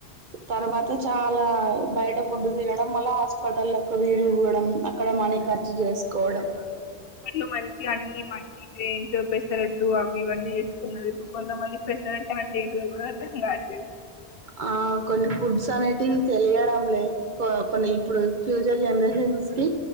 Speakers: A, on the right; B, on the left.
A: తర్వాత చాలా బయట ఫుడ్డు దినడం మళ్ళ హాస్పెటల్లకు దిరుగుడం అక్కడ మనీ ఖర్చు జేస్కోవడం.
B: అప్పట్లొ మంచిగన్నీ మల్టీ గ్రేన్సు పెసరట్టు అవ్ ఇవ్ అన్. ఇంగ జేస్కున్నదిప్పుడు కొంతమందిక్ పెసరట్టంటే ఏంటిదో గూడా అర్థం గాట్లేదు.
A: ఆ కొన్ని ఫుడ్స్ అనేటివ్ తెలియడంలేద్ కొ కొన్ని ఇప్పుడు ఫ్యూచర్ జనరేషన్స్ కి